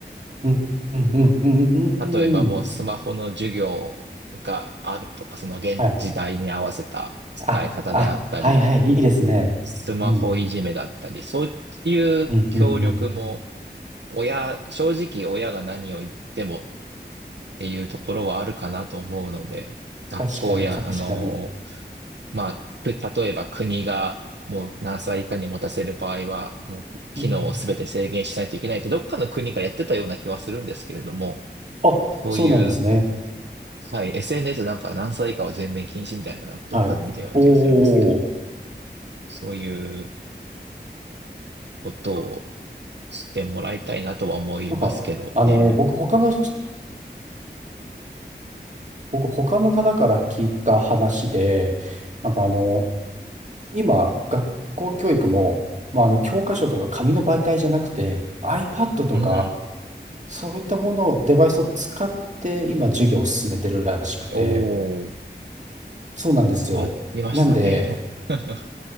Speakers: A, on the right (about 40°); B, on the right (about 80°).
A: うん、うん、うん、うん、うんうんうん。
B: 例えばもうスマホの授業があるとか、その現時代に合わせた使い方であったり、
A: はい。あ、あ、はい、はい、いいですね。
B: スマホいじめだったり、
A: うん、
B: そういう協力も
A: うん、うん、うん。
B: 親、正直親が何を言ってもっていうところはあるかなと思うので、学校や、
A: 確かに、確かに。
B: あの、まあ、く例えば国がもう何歳以下に持たせる場合は、もう機能を全て制限しないといけないって、
A: うん。
B: どっかの国がやってたような気はするんですけれども、
A: あ、
B: そういう
A: そうなんですね。
B: はい、SNS なんか何歳以下は全面禁止みたいな、なんかどっかで見たような気がするんですけれども、
A: はい。おお
B: そういうことをしてもらいたいなとは思いますけどね。
A: なんか、あの、僕、他の人僕、他の方から聞いた話で、なんかあの、今、学校教育も、まあ、あの、教科書とか紙の媒体じゃなくて、iPad とか、
B: うん。
A: そういったものを、デバイスを使って、今、授業を進めてるらしくて、
B: おー、
A: そうなんですよ。
B: 変わりましたね。
A: なんで、
B: <laughs>